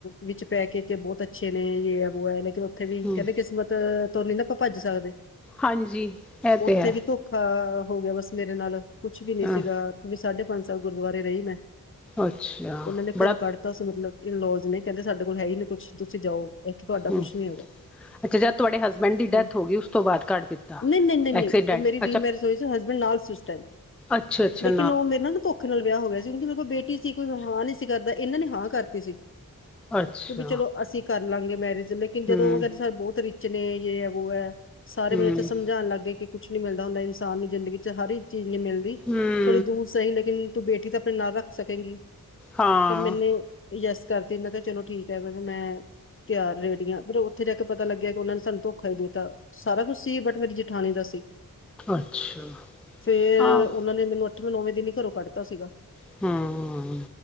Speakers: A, on the left (about 35°); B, in the centre.
A: ਵਿੱਚ ਪੈ ਕੇ ਬੋਤ ਅੱਛੇ ਨੇ, ਯੈ, ਐ, ਵੋ, ਐ ਲਾਇਕ ਥੇ ਵੀ,
B: ਹਮ
A: ਕੇਂਦੇ ਕਿਸਮਤ ਤੋਂ ਨੀ ਨਾ ਆਪਾ ਭੱਜ ਸਕਦੇ।
B: ਹਾਂਜੀ ਇਹ
A: ਉੱਥੇ
B: ਤੇ ਹੈ
A: ਵੀ ਧੋਖਾ ਹੋ ਗਿਆ ਬਸ ਮੇਰੇ ਨਾਲ, ਕੁਝ ਵੀ ਨੀ
B: ਹਾਂ
A: ਸੀਗਾ। ਵੀ ਸਾਢੇ ਪੰਜ ਸਾਲ ਗੁਰਦੁਆਰੇ ਰਹੀ ਮੈਂ,
B: ਅੱਛਾ
A: ਉਹਨਾਂ ਨੇ
B: ਬੜਾ
A: ਘਰੋਂ ਕੱਢ ਤਾ ਸੀ ਮਤਲਬ। ਇਨ-ਲਾਅਜ਼ ਨੇ ਕਹਿੰਦੇ ਸਾਡੇ ਕੋਲ ਹੈ ਹੀ ਨਹੀਂ ਕੁਝ। ਤੁਸੀਂ ਜਾਓ, ਇੱਥੇ ਤੁਹਾਡਾ
B: ਹੂੰ
A: ਕੁਝ ਨਹੀਂ ਹੈਗਾ।
B: ਅੱਛਾ, ਜਦੋਂ ਤੁਹਾਡੇ ਹਸਬੈਂਡ ਦੀ ਡੈਥ
A: ਹੂੰ।
B: ਹੋ ਗਈ, ਉਸ ਤੋਂ ਬਾਅਦ ਕੱਢ ਦਿੱਤਾ?
A: ਨਹੀਂ, ਨਹੀਂ, ਨਹੀਂ, ਨਹੀਂ,
B: ਐਕਸੀਡੈਂਟ
A: ਮੇਰੀ ਦਿ
B: ਅੱਛਾ
A: ਮੇਰੇ ਰਸੋਈ ਚੈ ਹੱਸਬੈਂਡ ਨਾਲ ਸੀ, ਉਸ ਟਾਈਮ
B: ਅੱਛਾ ਅੱਛਾ
A: ਲੇਕਿਣ ਵੌ ਮੇਰੀ ਨਾਲ ਧੋਖ <unintelligible> ਵਿਆਹ ਹੋ ਗਿਆ ਸੀ। ਇਨਕੀ ਦੇਖੋ ਬੇਟੀ ਸੀ। ਕੋਈ ਹਾਂ ਨਈ ਸੀ ਕਰਦਾ, ਇਹਨਾਂ ਨੇ ਹਾਂ ਕਰਤੀ ਸੀ।
B: ਅੱਛਾ
A: ਵੀ ਚਲੋ ਅਸੀਂ ਕਰ ਲਾਂਗੇ ਮੈਰਿਜ। ਲੇਕਿਨ ਜਦੋਂ
B: ਹੂੰ
A: ਉਹ ਕੇਂਦੇ ਸਾਡ ਬੋਤ ਰੀ ਚਨੇ, ਯੇ, ਹੈ, ਵੋ, ਹੈ, ਸਾਰੇ
B: ਹੂੰ
A: ਮੈਨੂੰ ਇੱਥੇ ਸਮਝਾਨ ਲੱਗ ਗਏ ਕਿ ਕੁਝ ਨੀ ਮਿਲਦਾ ਹੁੰਦਾ ਇਨਸਾਨ ਨੂੰ ਜ਼ਿੰਦਗੀ ਚ ਹਰ ਇੱਕ ਚੀਜ਼ ਨਈ ਮਿਲਦੀ।
B: ਹੁੰ।
A: ਥੋੜ੍ਹੀ ਦੂਰ ਸਹੀ, ਲੇਕਿਨ ਤੂੰ ਬੇਟੀ ਤਾਂ ਆਪਣੇ ਨਾਲ ਰੱਖ ਸਕੇਂਗੀ।
B: ਹਾਂ
A: ਤੇ ਮੈਨੇ ਯੈੱਸ ਕਰਤੀ। ਮੈਂ ਕਿਹਾ, ਚਲੋ ਠੀਕ ਹੈ। ਮੈਂ ਕਿਹਾ ਤਿਆਰ ਰੇੜੀਆਂ। ਫਿਰ ਉੱਥੇ ਜਾ ਕੇ ਪਤਾ ਲੱਗਿਆ ਕਿ ਉਹਨਾਂ ਨੇ ਸਾਨੂੰ ਧੋਖਾ ਹੀ ਦਿੱਤਾ। ਸਾਰਾ ਕੁਛ ਸੀ, ਬਟ ਮੇਰੀ ਜੇਠਾਣੀ ਦਾ ਸੀ।
B: ਅੱਛਾ
A: ਫੇਰ
B: ਹਾਂ
A: ਉਹਨਾਂ ਨੇ ਮੈਨੂੰ ਮੈਨੂੰ ਨੌਵੇਂ ਦਿਨ ਹੀ ਘਰੋਂ ਕੱਢਤਾ ਸੀਗਾ।
B: ਹਮ ਹਮ